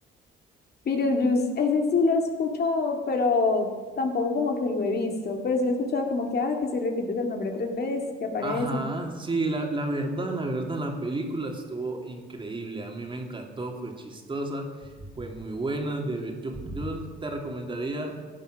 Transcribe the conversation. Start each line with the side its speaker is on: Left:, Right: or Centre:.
Left: Beetlejuice, ese sí lo he escuchado, pero tampoco como que lo he visto, pero sí lo he escuchado como que, ah, que si repites el nombre tres veces, que aparece
Right: Ajá,
Left: y...
Right: sí, la, la verdad, la verdad, la película estuvo increíble, a mí me encantó, fue chistosa, fue muy buena, de ver- yo, yo te recomendaría